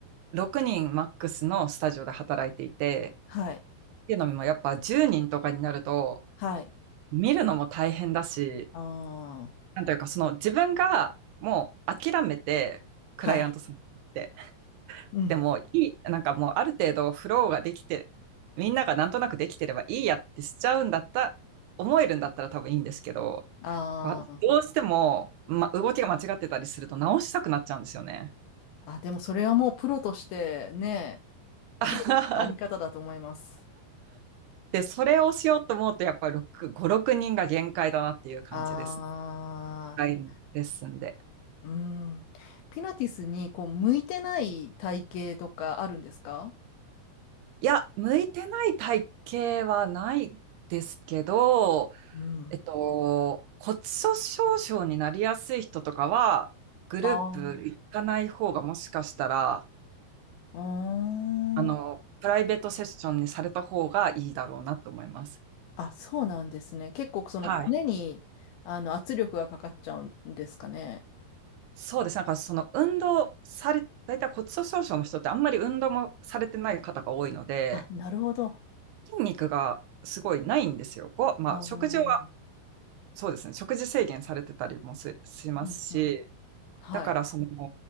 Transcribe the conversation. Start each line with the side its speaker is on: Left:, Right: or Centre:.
Right: 6人マックスのスタジオで働いていて、
Left: はい。
Right: っていうのもやっぱ10人とかになると
Left: はい。
Right: 見るのも大変だし、
Left: ああ、
Right: なんというかその自分がもう諦めてクライアントさんに行って、
Left: はい。うん。
Right: でもいい、なんかもうある程度フローができて、みんながなんとなくできてればいいやってしちゃうんだった、思えるんだったら多分いいんですけど、
Left: あー
Right: まあどうしても、ま、動きが間違ってたりすると直したくなっちゃうんですよね。
Left: あ、でもそれはもうプロとしてね、
Right: <laughs>
Left: プロとしてのあり方だと思います。
Right: で、それをしようと思うと、やっぱり6、5、6人が限界だなっていう感じです。
Left: ああ、
Right: はいレッスンで。
Left: うん。ピラティスにこう向いてない体型とかあるんですか
Right: いや、向いてない体型はないですけど、
Left: うん。
Right: えっと、骨粗鬆症になりやすい人とかは、グループ行かない方がもしかしたら、
Left: ああ。あーん
Right: あの、プライベートセッションにされた方がいいだろうなと思います。
Left: あ、そうなんですね。結構その骨にあの圧力がかかっちゃうんですかね。
Right: はい。そうです。なんかその運動され、大体骨粗鬆症の人ってあんまり運動もされてない方が多いので、
Left: あ、なるほど。あ
Right: 筋肉がすごいないんですよ。ご、まあ、
Left: あ。
Right: 食事は、
Left: う
Right: そうですね、食事制限されてたりもすしますし、
Left: んうん。はい。
Right: だからその、